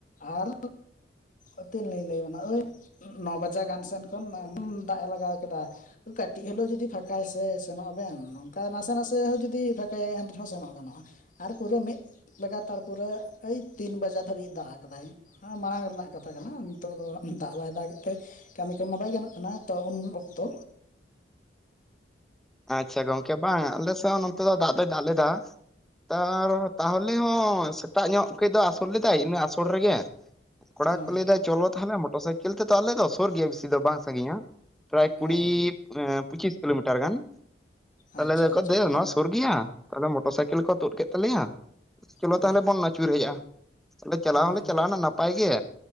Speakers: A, on the left (about 50°); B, in the centre.
A: ᱟᱨ ᱟᱹᱛᱤᱱ ᱞᱤᱧ ᱞᱟᱹᱭᱟ ᱲᱵᱮᱱᱟ ᱟᱹᱭ ᱱᱚ ᱵᱟᱡᱟ ᱜᱟᱱ ᱥᱮᱱ ᱠᱷᱚᱱ ᱮᱢᱚᱱ ᱫᱟᱜ ᱮ ᱞᱟᱜᱟᱣ ᱠᱮᱫᱟ ᱠᱟᱹᱴᱤᱡ ᱦᱤᱞᱳ ᱡᱩᱫᱤ ᱯᱷᱟᱸᱠᱟᱭ ᱥᱮ ᱥᱮᱱᱚᱜ ᱟᱵᱮᱱ, ᱱᱚᱝᱠᱟᱭ ᱱᱟᱥᱮ ᱱᱟᱥᱮ ᱦᱚᱸ ᱡᱩᱫᱤ ᱯᱷᱟᱸᱠᱟᱭᱟᱭ ᱮᱱ ᱨᱮᱦᱚᱸ ᱥᱮᱱᱚᱜ ᱜᱟᱱᱚᱜᱼᱟ᱾ ᱟᱨ ᱯᱩᱨᱟᱹ ᱢᱤᱫ ᱵᱮᱜᱟᱛᱟᱲ ᱯᱩᱨᱟᱹ ᱳᱭ ᱛᱤᱱ ᱵᱟᱡᱟ ᱫᱷᱟᱹᱵᱤᱡ-ᱮ ᱫᱟᱜ ᱟᱠᱟᱫᱟᱭ᱾ ᱦᱟᱸ ᱢᱟᱲᱟᱝ ᱨᱮᱱᱟᱜ ᱠᱟᱛᱷᱟ ᱠᱟᱱᱟ᱾ ᱱᱤᱛᱚᱜ ᱫᱚ ᱫᱟᱜ ᱵᱟᱭ ᱫᱟᱜ ᱮᱫ ᱛᱮ ᱠᱟᱹᱢᱤ ᱠᱚᱢᱟ ᱵᱟᱭ ᱜᱟᱱᱚᱜ ᱠᱟᱱᱟ ᱛᱚ ᱩᱱ ᱚᱠᱛᱚ
B: ᱟᱪᱪᱷᱟ ᱜᱚᱢᱠᱮ ᱵᱟᱝ ᱟᱞᱮᱥᱮᱫ ᱦᱚᱸ ᱱᱚᱱᱛᱮ ᱫᱚ ᱫᱟᱜ ᱫᱚᱭ ᱫᱟᱜ ᱞᱮᱫᱟ᱾ ᱛᱟᱨ ᱛᱟᱦᱚᱞᱮ ᱦᱚᱸ ᱥᱮᱛᱟᱜ ᱧᱚᱜ ᱠᱟᱹᱡ ᱫᱚ ᱟᱥᱩᱞ ᱞᱮᱫᱟᱭ, ᱤᱱᱟᱹᱜ ᱟᱥᱩᱞ ᱨᱮᱜᱮ ᱠᱚᱲᱟ
A: ᱦᱳᱭ
B: ᱠᱚ ᱞᱟᱹᱭᱫᱟ ᱪᱚᱞᱚ ᱛᱟᱦᱚᱞᱮ ᱢᱚᱴᱚᱨ ᱥᱟᱭᱠᱮᱞ ᱛᱮᱫᱚ ᱟᱞᱮ ᱫᱚᱥᱩᱨ ᱜᱮᱭᱟ ᱵᱮᱥᱤ ᱫᱚ ᱵᱟᱝ ᱥᱟᱺᱜᱤᱧᱟ ᱯᱨᱟᱭ ᱠᱩᱲᱤ
A: ᱦᱳᱭ ᱦᱳᱭ
B: ᱢᱟᱱᱮ ᱯᱚᱸᱪᱤᱥ ᱠᱤᱞᱳᱢᱤᱴᱟᱨ ᱜᱟᱱ᱾ ᱛᱟ
A: ᱟᱪᱪᱷᱟ
B: ᱞᱟᱹᱭᱫᱟᱠᱚ
A: ᱟᱪᱪᱷᱟ
B: ᱫᱮ ᱱᱚᱣᱟ ᱥᱩᱨ ᱜᱮᱭᱟ, ᱛᱟᱦᱞᱮ ᱢᱚᱴᱚᱨ ᱥᱟᱭᱠᱮᱞ ᱠᱚ ᱛᱩᱫ ᱠᱮᱫ ᱛᱟᱞᱮᱭᱟ᱾ ᱪᱚᱞᱚ
A: ᱦᱳᱭ
B: ᱛᱟᱦᱚᱞᱮ ᱵᱚᱱ ᱟᱹᱪᱩᱨ ᱦᱮᱡᱼᱟᱜ ᱟ᱾ ᱛᱟᱦᱞᱮ ᱪᱟᱞᱟᱣ
A: ᱦᱳᱭ
B: ᱦᱚᱸᱞᱮ
A: ᱦᱳᱭ
B: ᱪᱟᱞᱟᱣᱱᱟ ᱱᱟᱯᱟᱭ ᱜᱮ᱾